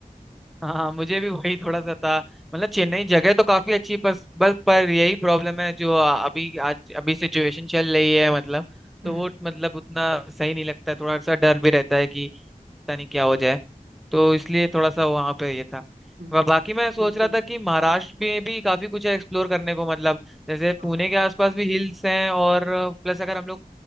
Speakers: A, in the centre; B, on the right.
A: हाँ मुझे भी वही थोड़ा सा था मतलब चेन्नई जगह तो काफी अच्छी पर बस पर यही प्रॉब्लम है जो अभी आज अभी सिचुएशन चल रही है मतलब
B: हम्म
A: तो वो मतलब उतना सही नहीं लगता है थोड़ा सा डर भी रहता है कि पता नहीं क्या हो जाए तो इसलिए थोड़ा सा वहां पे ये था
B: हम्म,
A: वह बाकी मैं सोच
B: बिल्कुल
A: रहा था कि महाराष्ट्र में भी काफी कुछ है एक्सप्लोर करने को मतलब जैसे
B: हाँ
A: पुणे
B: हाँ
A: के आसपास भी हिल्स हैं और प्लस अगर हम लोग